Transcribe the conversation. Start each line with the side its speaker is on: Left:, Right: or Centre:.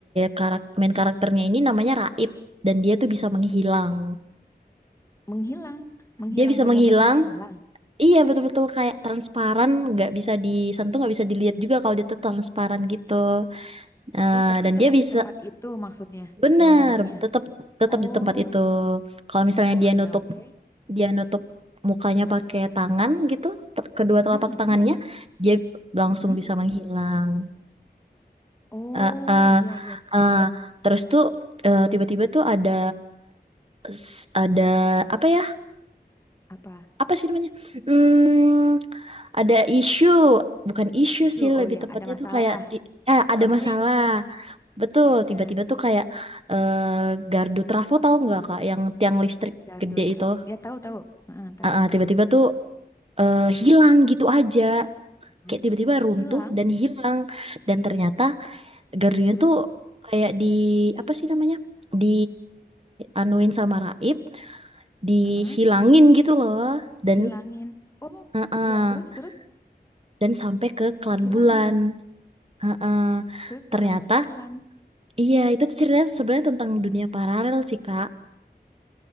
Right: karak main karakternya ini namanya Raib, dan dia tuh bisa menghilang.
Left: Raib. Menghilang. Menghilang,
Right: Dia bisa
Left: benar-benar
Right: menghilang.
Left: menghilang.
Right: Iya betul-betul kayak transparan, nggak bisa disentuh, nggak bisa dilihat juga kalau dia tuh transparan gitu. Eh,
Left: Oh, tapi
Right: dan
Left: tetap
Right: dia bisa
Left: di tempat itu maksudnya,
Right: Bener,
Left: di menghilangnya.
Right: tetap tetap
Left: Oh,
Right: di tempat itu. Kalau misalnya
Left: oh
Right: dia
Left: iya
Right: nutup
Left: oke.
Right: dia nutup mukanya pakai tangan gitu, te- kedua
Left: Mm-mm,
Right: telapak
Left: mm-mm,
Right: tangannya, dia langsung
Left: mm-mm.
Right: bisa menghilang.
Left: Oh,
Right: Eh, eh,
Left: iya, iya. iya.
Right: eh,
Left: ngerti.
Right: terus tuh eh, tiba-tiba tuh ada s- ada apa ya?
Left: Apa?
Right: Apa sih namanya? Hmm, ada isu, bukan isu
Left: Isu,
Right: sih lebih
Left: oh ya,
Right: tepatnya
Left: ada masalah.
Right: tuh kayak ti- eh, ada
Left: Konflik.
Right: masalah. Betul,
Left: Heeh.
Right: tiba-tiba tuh kayak eh gardu trafo tahu nggak Kak, yang tiang listrik
Left: Gardu
Right: gede
Left: trafo.
Right: itu.
Left: Ya tahu tahu. Heeh, tahu.
Right: Ah, ah, tiba-tiba tuh eh, hilang gitu aja.
Left: Hmm?
Right: Kayak tiba-tiba runtuh
Left: Hilang.
Right: dan hilang. Dan ternyata gardunya
Left: Heeh,
Right: tuh kayak di apa sih namanya? Di anuin sama Raib, dihilangin
Left: heeh.
Right: gitu loh. Dan
Left: Dihilangin. Oh,
Right: ah, ah,
Left: ya terus terus
Right: dan sampai ke Klan
Left: dihilangin
Right: Bulan. Ah, ah.
Left: ke
Right: Ternyata
Left: Clara Bulan.
Right: iya itu tuh ceritanya sebenarnya tentang dunia paralel sih Kak.